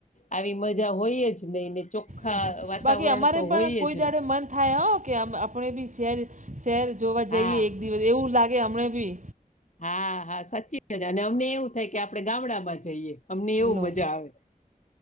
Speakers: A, on the left (about 60°); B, on the right (about 60°).
A: આવી મજા હોય જ નય ને ચોખ્ખા
B: હાચી
A: વાતાવરણ
B: બાકી અમારે
A: તો
B: પણ
A: હોય
B: કોઈ
A: જ
B: દાડે
A: ન
B: મન થાય હો કે આપણે બી શહેર શહેર જોવા
A: હા
B: જઈએ એક દિવસ એવું લાગે હમંણે બી
A: હા હા સાચી <unintelligible> અમને એવું થાય કે આપણે ગામડામાં જઈએ અમને એવું
B: લો
A: મજા આવે